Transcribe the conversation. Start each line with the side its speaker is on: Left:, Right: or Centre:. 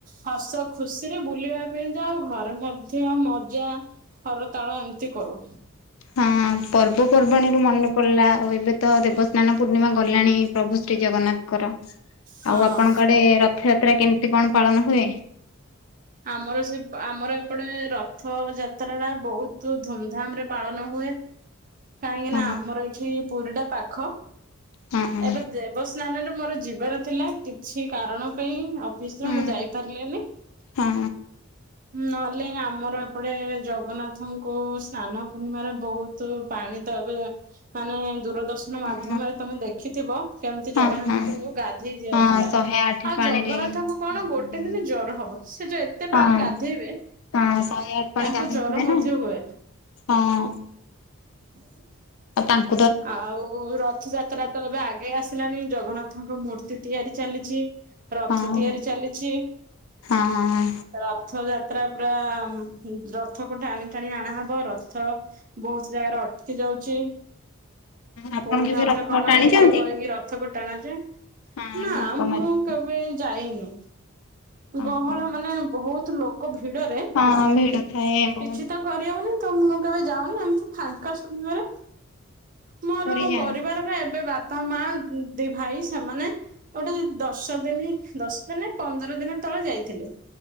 Right: ହସ ଖୁସିରେ ବୁଲିବା ପାଇଁ ଯାଉ ଘରେ ମଧ୍ୟ ମଜା ହର ତାଳ ଏମିତି କରୁ।
Left: ହଁ ପର୍ବପର୍ବାଣୀ ର ମନେ ପଡ଼ିଲା ଆଉ ଏବେ ତ ଦେବସ୍ନାନ ପୂର୍ଣ୍ଣିମା ଗଲାଣି ପ୍ରଭୁ ଶ୍ରୀ ଜଗନ୍ନାଥଙ୍କର।
Right: ହଁ
Left: ଆଉ ଆପଣଙ୍କଆଡେ ରଥଯାତ୍ରା କେମିତି, କଣ ପାଳନ ହୁଏ?
Right: ଆମର ସେ ଆମର ଏପଟେ ରଥ ଯାତ୍ରା ଟା ବହୁତ ଧୁମଧାମ ରେ ପାଳନ ହୁଏ। କାହିଁକି
Left: ହଁ
Right: ନା ଆମର ଏଇଠି ପୁରୀ ଟା ପାଖ।
Left: ହଁ
Right: ଏବେ ଅବସ୍ନାନରେ ମୋର ଯିବାର ଥିଲା କିଛି କାରଣ ପାଇଁ ଆଉ ବିଷମ
Left: ହଁ
Right: ଯାଇପାରିଲେନି
Left: ହଁ
Right: ନା କଲେ ଆମର ଏପଟେ ଜଗନ୍ନାଥଙ୍କୁ ସ୍ନାନ ପୂର୍ଣ୍ଣିମାରେ ବହୁତ ପାଣି ତ ଏବେ ମାନେ ଦୂରଦର୍ଶନ
Left: ହଁ
Right: ମାଧ୍ୟମରେ ତମେ ଦେଖିଥିବ। କେମିତି
Left: ହଁ
Right: ଜଗନ୍ନାଥଙ୍କୁ
Left: ହଁ
Right: ଗାଧେଇ ଯାଉଥିଲା
Left: ହଁ ଶହେ ଆଠ
Right: ଆଉ
Left: ପାଣିରେ
Right: ଜଗନ୍ନାଥଙ୍କୁ କଣ
Left: ଗାଧେଇଲେ
Right: ଗୋଟେ ଦିନ ଜର ହବ। ସେ ଯୋଉ ଏତେ
Left: ହଁ
Right: ପାଣି ଗାଧେଇବେ
Left: ହଁ ଶହେ ଆଠ ପାଣି
Right: ତାଙ୍କୁ
Left: ଗାଧେଇଥିବେ
Right: ଜର ମଧ୍ୟ
Left: ନା
Right: ହୁଏ।
Left: ହଁ
Right: ହ
Left: ତାଙ୍କ
Right: ଆଉ ରଥଯାତ୍ରା ତ ଏବେ ଆଗେଇ ଆସିଲାଣି ଜଗନ୍ନାଥଙ୍କ ମୂର୍ତ୍ତି ତିଆରି ଚାଲିଛି। ରଥ
Left: ହଁ ହଁ।
Right: ତିଆରି ଚାଲିଛି
Left: ହଁ
Right: ରଥ ଯା ଯାତ୍ରା ପୁରା ରଥକୁ ଟାଣି ଟାଣି ଆଣାହବ ରଥ ବହୁତ ଜାଗାରେ ଅଟକି ଯାଉଛି।
Left: ଆପଣ
Right: ପୁଣି
Left: କେବେ
Right: ଆଉଥରେ
Left: ରଥ
Right: କଣ
Left: ଟାଣିଛନ୍ତି
Right: ଢେଗ କରକି ରଥକୁ ଟାଣା ଯେ
Left: ହଁ
Right: ନା
Left: ଢଗ
Right: ମୁଁ
Left: ମାରିକି
Right: ଯାଇନି
Left: ଓହୋ।
Right: ଗହଳ ମାନେ ବହୁତ ଲୋକ କୋ ଭିଡରେ କିଛି
Left: ହଁ ଭିଡ ଥାଏ ବହୁତ
Right: ତ କରିହବନି ତ ମୁଁ କେବେ ଯାଉନି ଏମିତି ଫାଙ୍କା ସମୟରେ ମୋର
Left: ପୁରୀ ଯାଆନ୍ତି
Right: ପରିବାରରେ ଏବେ ବାପା ମା ଦି ଭାଇ ସେମାନେ ଗୋଟେ ଦଶ ଦିନ ଦଶ ଦିନ ପନ୍ଦର ଦିନ ତଳେ ଯାଇଥିଲେ।